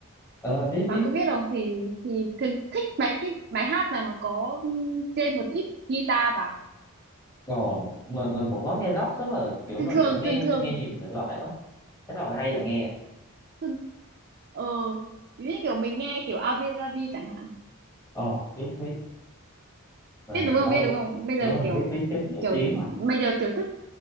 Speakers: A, on the left; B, on the right.
A: Ờ, biết
B: bạn
A: biết
B: có biết không thì thì thường thích mấy cái bài hát nào mà có ừm, thêm một ít guitar vào
A: Ồ. mình mình cũng có nghe rock tức là kiểu
B: thường
A: mình
B: thường
A: cũng nghe
B: thường thường
A: nghe nhiều thể loại đó thế nào hay là nghe ạ.
B: thường ờ như kiểu mình nghe kiểu Avi Lavi chẳng hạn
A: Ồ, biết biết Ờ,
B: biết đúng không
A: lâu
B: biết
A: lắm.
B: đúng không bây
A: đúng
B: giờ
A: rồi
B: kiểu
A: biết biết chứ nổi
B: kiểu
A: tiếng mà
B: bây giờ kiểu thích